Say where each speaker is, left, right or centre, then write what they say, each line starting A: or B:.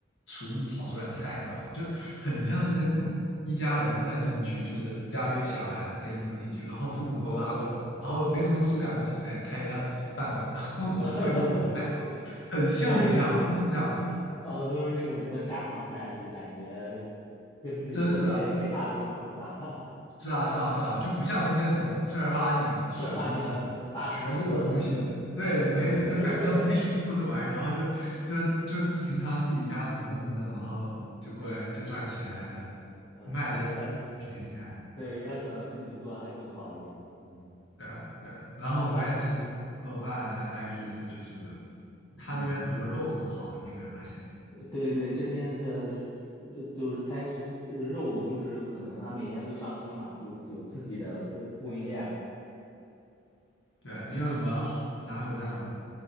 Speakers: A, on the left; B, on the left.
A: 厨子炒出来的菜，你知道吗？就很像是那种一家人过来定居，就是家里有小孩在英国定居，然后父母都拉过来，
B: 哦，
A: 然后没什么事干不行，哎，开一家饭馆，然后我会做什么菜吗很像很像，
B: <laughs> 对，
A: 都是这样的，
B: 哦，都是那种什么家常菜，就感觉跟自己做的也没差多少，
A: 真是的。
B: 是吧？
A: 是啊，是啊，是啊，就不像是那种正儿八经厨子
B: <laughs> 正儿八经大厨做的，
A: 学过东西的，对，没感觉他们没学过这玩意儿，
B: 嗯，对，<laughs>
A: 然后就就是就是平常自己家怎么弄一弄，然后就过来就赚钱来了，
B: 嗯，
A: 卖的
B: 那可，
A: 不便宜还，
B: 对，那可能自己做还更好一点，嗯。
A: 对啊，对啊。然后我发现其实做饭还蛮有意思的，
B: 那
A: 就是
B: 嗯，
A: 他这边很多肉很好，你有没有发现？
B: 对对，这边的呃就是菜是呃肉，就是可能他每天会上新嘛，就有自己的供供应链。
A: 对啊，
B: 对，
A: 你有什么拿手菜吗？